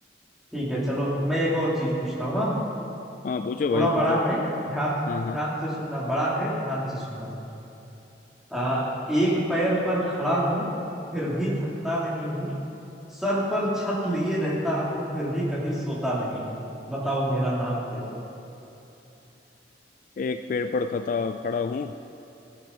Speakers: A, in the centre; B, on the left.
A: ठीक है चलो मैं एक और चीज पूछता हूँ हाँ?
B: हाँ पूछो भाई
A: थोड़ा
B: पूछो
A: बड़ा है ध्यान
B: हाँ हाँ
A: ध्यान से सुनना बड़ा है ध्यान से सुनना आ, एक पैर पर खड़ा हूँ फिर भी थकता नहीं हूँ सर पर छत लिए रहता हूँ फिर भी कभी सोता नहीं हूँ बताओ मेरा नाम क्या है
B: एक पेड़ पर खता खड़ा हूँ